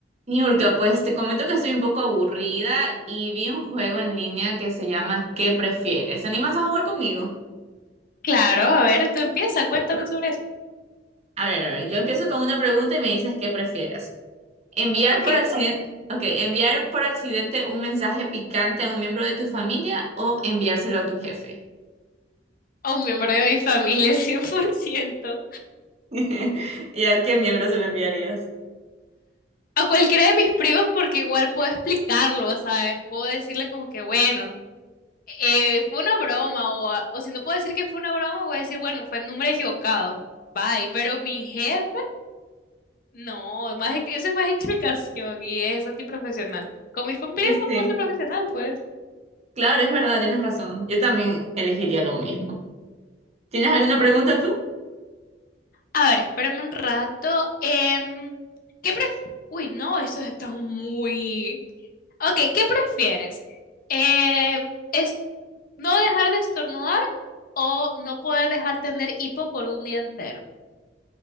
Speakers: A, on the right; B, on the left.
A: Niurka, pues te comento que estoy un poco aburrida y vi un juego en línea que se llama ¿Qué prefieres? ¿Te animas a jugar conmigo?
B: Claro, a ver, tú empieza, cuéntame sobre eso.
A: A ver, a ver, yo empiezo con una pregunta y me dices ¿qué prefieres? ¿Enviar
B: Ok,
A: por accidente, ok, enviar por accidente un mensaje picante a un miembro de tu familia o enviárselo a tu jefe?
B: a un miembro de mi familia, <laughs> cien por ciento,
A: <laughs> ¿Y a qué miembro se lo enviarías?
B: A cualquiera de mis primos, porque igual puedo explicarlo, ¿sabes? Puedo decirle como que, bueno, eh, fue una broma, o, a- o si no puedo decir que fue una broma, voy a decir, bueno, fue el número equivocado. Bye, pero mi jefe, no, más, ex- eso es más explicación y es antiprofesional. Con mis primos
A: Sí,
B: no
A: sí.
B: puedo ser profesional, pues.
A: Claro, es verdad, tienes razón. Yo también elegiría lo mismo. ¿Tienes alguna pregunta tú?
B: A ver, espérame un rato. Em, ¿qué pref... Uy, no, eso está muy... Ok, ¿qué prefieres? Eh, ¿es no dejar de estornudar o no poder dejar tener hipo por un día entero?